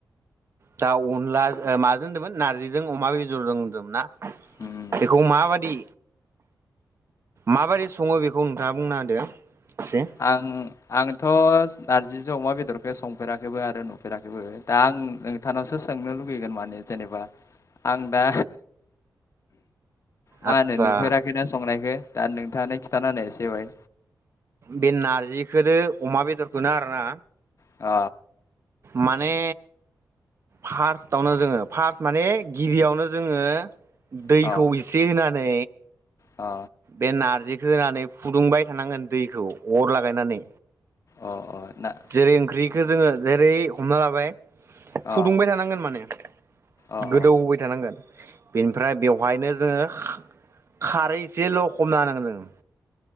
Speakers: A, on the right (about 40°); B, on the left (about 45°).
A: दा अनला ओ माजों होन्दोंमोन नारजिजों अमा बेदरजों होनदोंमोनना?
B: उम
A: बेखौ माबादि माबोरै सङो बेखौ नोंथाङा बुंना होदो। एसे
B: आं आंथ' नारजिजों अमा बेदरखौ संफेराखैबो आरो नुफेराखैबो दा आं नोंथानावसो सोंनो लुगैगोन माने जेनेबा आं दा मा
A: आदसा
B: नुफेराखैना संनायखो। दा नोंथाङानो खिथाना होनाय इसे बाय।
A: बे नारजिखोदो अमा बेदरखौनो आरोना
B: अ।।
A: माने फार्स्टआवनो जोङो फार्स्ट माने गिबियावनो जोङो दैखौ
B: अ
A: एसे होना नै
B: अ
A: बे नारजि होनानै फुदुंबाय थानांगोन दैखौ अर लागायनानै
B: अ अ ना
A: जेरै ओंख्रि खौ जोङो जेरै हमना लाबाय।
B: अ
A: फुदुंबाय थानांगोन माने।
B: अ
A: गोदौहाय
B: अ
A: थानांगोन। बेनिफ्राय बेवहायनो जोङो खारै एसेल' लखबना होनांगोन जोङो।